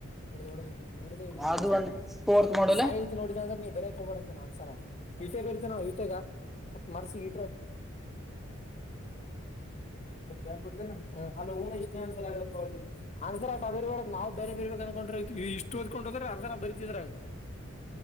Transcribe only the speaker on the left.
ಇಡು ೋಡ ನೋಡಿದ ಇದದು ಇಡ್ಬೇಕ
ಎಲ್ಲಾರ
ಸಾಯಿತಿ ನೋಡಿದ ಅ್ರೆ ನೀ ಬ ಬೆರಕ್ ಹೋಗಬೇಡ ಅಂತ ನನ್ಸಾರ <unintelligible> ಇತೆೆ ಬಡ್ತ ನಾವು ಈತೆಗ <unintelligible> ಮತ್ ಮರ್ಸಿ ನಿ ಯ ಬದ್ದೇ <unintelligible> ಹ ಅ ಇಷ್ಟ ಆಸರ್ ಆಗ ಆನ್ಸರ್ ಆೇ ನಾವ್ ಬೇರೆ ಬೇರ್ಬೇಕ ಅನ್ಕೊಂಡ ಇಷ್ಟ ಓದಕ <unintelligible> ್ರ ಅರ್ಧನ ಬರಿತಿದ್ರ